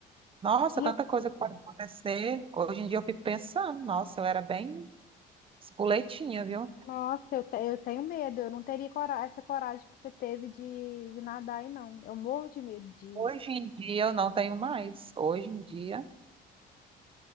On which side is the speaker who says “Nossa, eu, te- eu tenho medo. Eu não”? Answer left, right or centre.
Left